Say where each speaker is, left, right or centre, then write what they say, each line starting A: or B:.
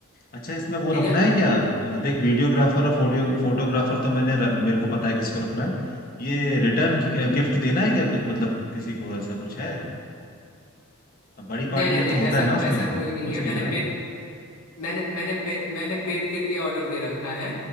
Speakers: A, on the left; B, on the left.
A: अच्छा इसमें वो
B: ठीक
A: रखना
B: है
A: है क्या अ, देख वीडियोग्राफर और फोटो फोटोग्राफर तो मैंने र- मेरे को पता है किसको रखना है ये रिटर्न गिफ्ट देना है क्या कुछ मतलब किसी को ऐसा कुछ है अब बड़ी पार्टी
B: नहीं नहीं
A: है
B: नहीं
A: तो होता
B: ऐसा
A: है ना उसमें
B: ऐसा कोई नहीं
A: कुछ
B: है
A: नहीं
B: मैंने
A: है ना
B: पेन मैंने मैंने पे, मैंने पेन के लिए ऑर्डर दे रखा है